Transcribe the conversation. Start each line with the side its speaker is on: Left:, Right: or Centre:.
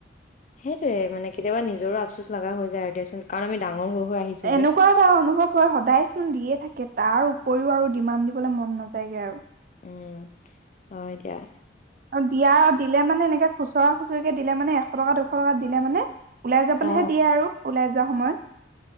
Left: সেইটোয়ে মানে কেতিয়াবা নিজৰো আফচোচ লগা হৈ যায় আৰু দিয়াচোন কাৰণ আমি ডাঙৰ। হৈ হৈ আহিছো
Right: এনেকুৱা
Left: যে
Right: এটা অনুভৱ। হয় সদায় চোন দিয়ে থাকে তাৰ উপৰিও আৰু ডিমান দিবলৈ মন নাযায়গে আৰু।
Left: উম অ এতিয়া
Right: অ দিয়া দিলে মানে এনেকে খুচুৰা খুচৰিকে দিলে মানে এশ টকা শ টকাত দিলে মানে ওলাই যাবলৈহে
Left: অ
Right: দিয়ে আৰু ওলাই য ৰোৱা সময়ত।